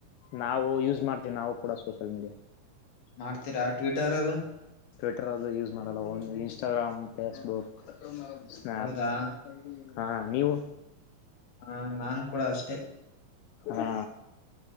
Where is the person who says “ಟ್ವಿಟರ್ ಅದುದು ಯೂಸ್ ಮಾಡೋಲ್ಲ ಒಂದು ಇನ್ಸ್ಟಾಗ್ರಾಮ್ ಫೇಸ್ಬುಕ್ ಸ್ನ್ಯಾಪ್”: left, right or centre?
Left